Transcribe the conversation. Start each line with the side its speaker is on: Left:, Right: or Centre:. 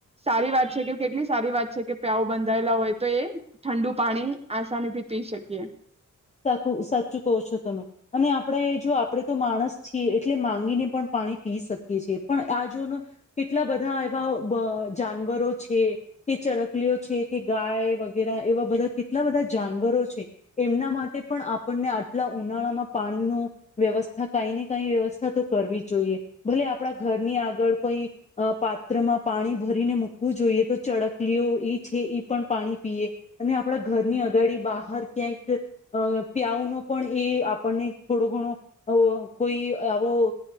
Right: સારી વાત છે કે પ્યાઉં બંધાયેલા હોય તો એ ઠંડું પાણી આસાની થી પી શકે. એ
Left: શકું સાચું કહો છો તમે અને આપણે જો આપણેે તો માણસ છીએ એટલે માંગીને પણ પાણી પી શકે છીએ પણ આ જો નું કેટલા બધા એવા વા જાનવરો છે કે ચરકલીઓ છે કે ગાય વગેરે એવા બધા કેટલા બધા જાનવરો છે એમના મા કે પણ આપણને આટલા ઉનાળામાં પાણીનું વ્યવસ્થા કઈ ને કઈ વ્યવસ્થા તો કરવી જ જોઈએ ભલે આપણા ઘરની આગળ કોઈ પાત્રમાં પાણી ભરીને મૂકવું જોઈએ તો ચડકલીઓ એ છે એ પણ પાણી પીએ અને આપણા ઘરની અગાડી બહાર કંઈક અ પ્યાઉનો પણ એ આપણને થોડો ઘણો અવ કોઈ આવો